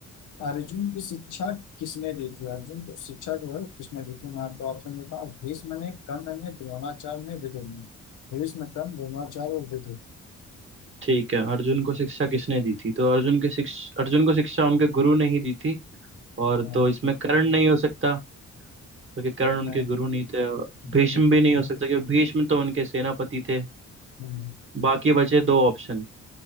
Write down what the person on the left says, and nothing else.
अर्जुन की शिक्षा किसने दी थी अर्जुन को शिक्षा जो है किसने दी थी मैं आपको ऑप्शन देता हूँ भीष्म ने कर्ण ने द्रोणाचार्य ने विदुर ने भीष्म कर्ण द्रोणाचार्य और विदुर
हाँ,
नहीं
दोनों
तक
तो-
हम्म,